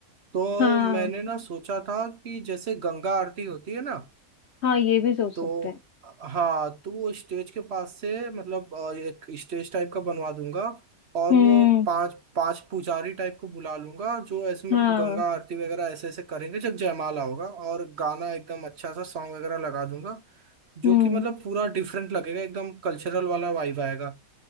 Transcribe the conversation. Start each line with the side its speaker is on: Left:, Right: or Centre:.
Right: तो
Left: हाँ
Right: मैंने ना सोचा था कि जैसे गंगा आरती होती है ना
Left: हाँ ये भी सोच
Right: तो
Left: सकते हैं
Right: हाँ तो वो स्टेज के पास से मतलब अ, एक स्टेज टाइप का बनवा दूंगा और
Left: हम्म
Right: वो पांच पांच पुजारी टाइप को बुला लूंगा जो ऐसे मतलब
Left: हाँ
Right: गंगा आरती वगैरह ऐसे ऐसे करेंगे जब जयमाला होगा और गाना एकदम अच्छा सा सॉन्ग वगैरह लगा दूंगा
Left: हम्म
Right: जो कि मतलब पूरा डिफरेंट लगेगा एकदम कल्चरल वाला वाइब आएगा